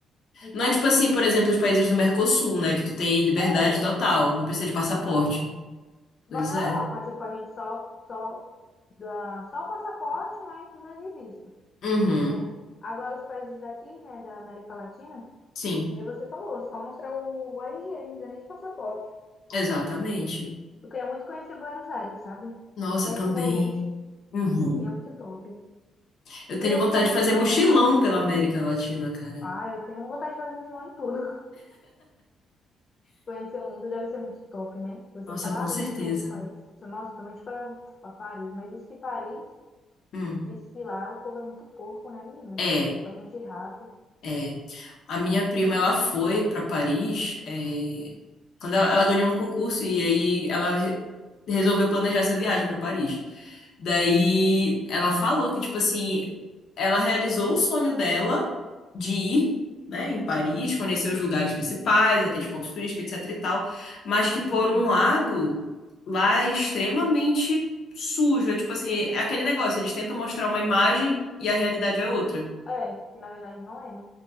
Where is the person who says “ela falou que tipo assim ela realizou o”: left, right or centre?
Left